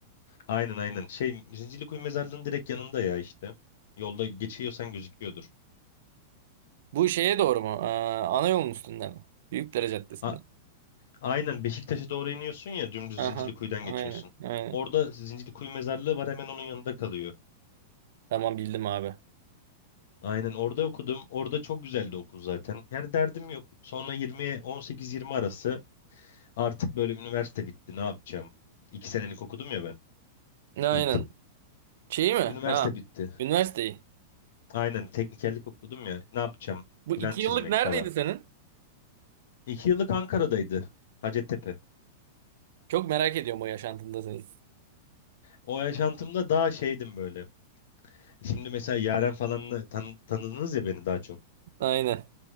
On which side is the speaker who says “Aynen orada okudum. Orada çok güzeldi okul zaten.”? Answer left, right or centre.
Left